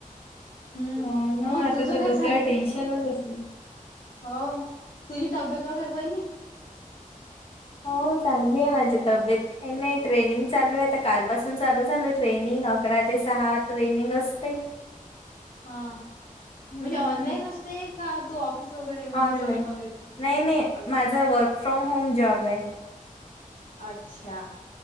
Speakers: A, on the left; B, on the left.
A: हम्म.
B: हो ना
A: मग
B: आता
A: तुझं
B: तर
A: काय
B: डोक्याला
A: चालू आहे?
B: टेन्शनच असलं.
A: हो तुझी तब्येत वगैर बरी आहे?
B: हो चांगली आहे माझी तब्येत. काही नाही ट्रेनिंग चालू आहे आता कालपासून चालू झालं ट्रेनिंग. अकरा ते सहा ट्रेनिंग असते.
A: हा
B: हम्म
A: म्हणजे ऑनलाईन असते का तू ऑफिस वगैरे म्हणजे
B: ऑनलाईन.
A: जॉईन वगैरे
B: नाही नाही
A: अ
B: माझा वर्क फ्रॉम होम जॉब आहे. <inaudible>
A: अच्छा